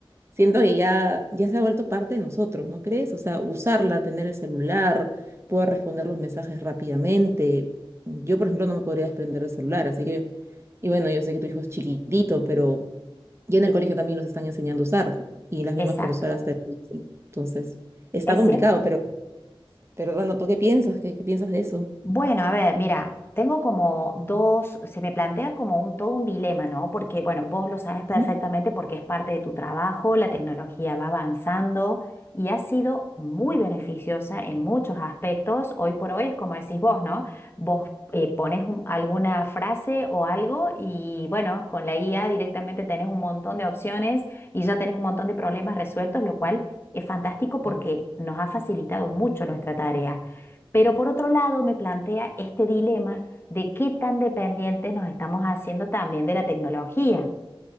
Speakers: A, on the right (about 30°); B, on the left (about 25°).
A: Siento que ya, ya se ha vuelto parte de nosotros, ¿no crees? O sea, usarla, tener el celular, poder responder los mensajes rápidamente. Yo, por ejemplo, no me podría desprender del celular, así que, y bueno, yo sé que tu hijo es chiquitito, pero ya en el colegio también los están enseñando a usar y las
B: Exacto,
A: mismas profesoras te lo dicen. Entonces, está
B: es
A: complicado,
B: cierto.
A: pero, pero bueno, ¿tú qué piensas? ¿Qué, qué piensas de eso?
B: Bueno, a ver, mira, tengo como dos, se me plantea como un, todo un dilema, ¿no? Porque, bueno, vos lo sabes perfectamente
A: Ujú.
B: porque es parte de tu trabajo, la tecnología va avanzando y ha sido muy beneficiosa en muchos aspectos. Hoy por hoy es como decís vos, ¿no? Vos eh, pones un- alguna frase o algo y, bueno, con la IA directamente tenés un montón de opciones y ya tenés un montón de problemas resueltos, lo cual es fantástico porque
A: Sí.
B: nos ha facilitado mucho nuestra tarea. Pero por otro lado, me plantea este dilema de qué tan dependientes nos estamos haciendo también de la tecnología.